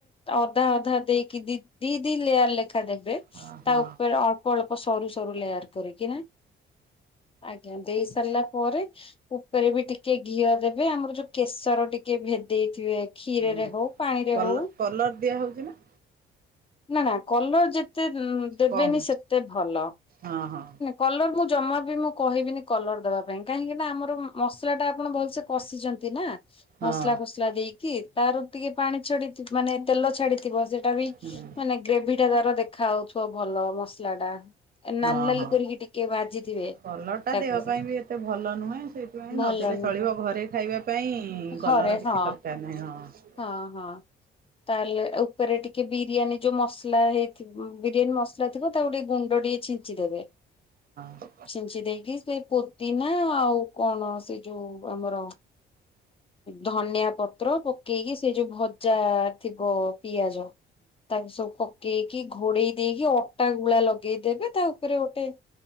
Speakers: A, on the left; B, on the right.
A: ଅଦା ଅଧା ଦେଇକି ଦି ଦି ଦି ଲେୟାର ଲେଖା ଦେବେ।
B: ଅ ହଁ
A: ତା ଉପେରେ ଅଳ୍ପ ଅଳ୍ପ ସରୁ ସରୁ ଲେୟାର କରିକି ନା ଆଜ୍ଞା ଦେଇ ସାରିଲା ପରେ ଉପେରେ ବି ଟିକେ ଘିଅ ଦେବେ ଆମର ଯୋଉ କେଶର ଟିକେ ଭେଦେଇଥିବେ କ୍ଷୀରେରେ
B: ହୁଁ
A: ହଉ। ପାଣିରେ
B: କଲ
A: ହଉ
B: କଲର ଦିଆ ହଉଚି ନା।
A: ନା ନା କଲର ଯେତେ ଉଁ ଦେବେନି
B: କମ୍
A: ସେତେ ଭଲ।
B: ହଁ ହଁ।
A: କଲର ମୁଁ ଜମା ବି ମୁଁ କହିବିନି କଲର ଦବା ପାଇଁ କାହିଁକି ନା ଆମର ଉମ ମସଲା ଟା ଆପଣ ଭଲସେ କଷିଚନ୍ତି ନା।
B: ହଁ
A: ମସଲା ଫସଲା ଦେଇକି ତାର ଟିକେ ପାଣି ଛାଡିଥି ମାନେ ତେଲ ଛାଡିଥିବ ସେ ଟା ବି
B: ହୁଁ
A: ମାନେ ଗ୍ରେଭି ଟା ତାର ଦେଖାଯାଉଥିବ ଭଲ ମସଲା ଟା। ନାଲି
B: ହଁ
A: ନାଲି
B: ହଁ।
A: କରିକି ଟିକେ ଭାଜିଥିବେ
B: କଲର ଟା
A: ତାକୁ
B: ଦେହ ପାଇଁ ବି ଏତେ ଭଲ ନୁହେଁ ସେଇଥିପାଇଁ
A: ଭଲ
B: ନଦେଲେ ଚଳିବ। କ ଘରେ ଖାଇବା ପାଇଁ
A: ଘରେ
B: କଲର କିଛି
A: ହଁ
B: ଦରକାର ନାହିଁ ହଁ।
A: ହଁ ହଁ। ତାହେଲେ ଉପେରେ ଟିକେ ବିରିୟାନୀ ଯୋଉ ମସଲା ହେଇଥି ଉମ ବିରିୟାନୀ ମସ ସଲା ଥିବ ତାକୁ ଟିକେ ଗୁଣ୍ଡ ଟିକେ ଛିଞ୍ଚିଦେବେ।
B: ହଁ।
A: ଛିଞ୍ଚି ଦେଇକି ସେ ପୋଦିନା ଆଉ କଣ ସେଇ ଯୋଉ ଆମର ଧନିଆ ପତ୍ର ପକେଇକି ସେ ଯୋଉ ଭଜା ଆ ଆ ଥିବ ପିଆଜ ତାକୁ ସବୁ ପକେଇକି ଘୋଡେଇ ଦେଇକି ଅଟା ଗୁଳା ଲଗେଇଦେବେ ତା ଉପେରେ ଗୋଟେ